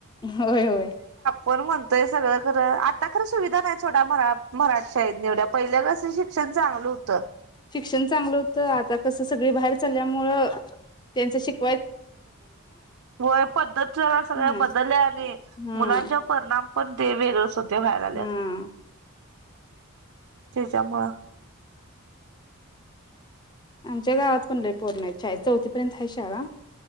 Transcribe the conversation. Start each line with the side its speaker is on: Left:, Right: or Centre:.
Left: होय होय
Right: म्हणून म्हणतोय सगळं खरं आता खरं सुविधा नाही सोडा मराठी शाळेत नि एवड्या पहिल्या कसं शिक्षण चांगलं होतं?
Left: शिक्षण चांगलं होतं आता कस? सगळी बाहेर चालल्यामुळ त्यांच शिक्
Right: व्हय पद्धत जरा
Left: हम्म
Right: सगळ्या बदलल्या आणि
Left: हम्म
Right: मुलांच्या वर परिणाम पण ते वेगळेच होते व्हायला लागल्यात
Left: हम्म
Right: त्याच्यामुळं
Left: आमच्या गावात पण लय पोरी नाहीत तर शाळेत चौथी पर्यंत हाय शाळा